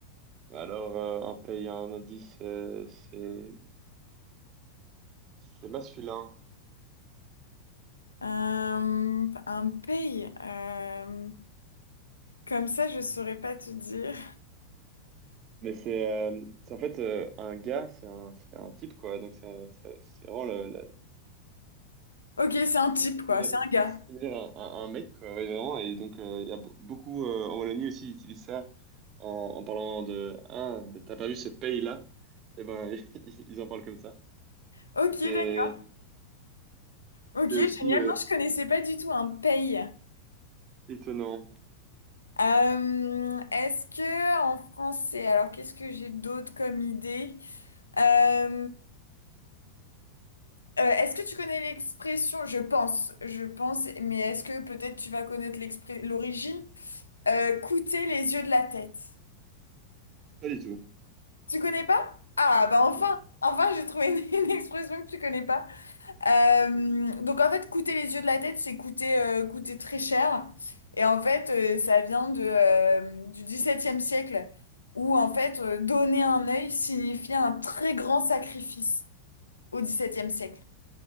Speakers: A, on the right; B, on the left.
A: Alors, euh, un paye, un indice, euh, c'est c'est masculin,
B: Euh, un paye. euh, comme ça, je saurais pas te dire.
A: mais c'est euh, c'est en fait euh, un gars, c'est un, c'est un type, quoi, donc c'est c'est- c'est vraiment le-
B: Ok, c'est un type,
A: similaire,
B: quoi. C'est un gars.
A: similaire à, à un mec, quoi, ouais, vraiment. Et donc, euh, il y a be- beaucoup euh, en Wallonie aussi, ils utilisent ça en, en parlant de Ah, mais t'as pas vu ce pays-là? Et ben, <laughs> ils en parlent comme ça.
B: Ok,
A: Donc, c'est
B: d'accord. Ok,
A: c'est aussi
B: génial.
A: euh,
B: Non, je connaissais pas du tout un paye.
A: étonnant.
B: Euh, est-ce que en français, alors qu'est-ce que j'ai d'autre comme idée? Euh, euh, est-ce que tu connais l'expression? Je pense, je pense, mais est-ce que peut-être tu vas connaître l'expré- l'origine? Euh, coûter les yeux de la tête.
A: Pas du tout.
B: Tu connais pas? Ah bah enfin,
A: Non.
B: enfin j'ai trouvé une <laughs> une expression que tu connais pas. Euh,
A: <laughs>
B: donc en fait, coûter les yeux de la tête, c'est coûter, euh, coûter très cher. Et en fait, euh, ça vient de, euh, du XVIIe siècle, où en fait, euh, donner un œil signifiait un très grand sacrifice au XVIIe siècle.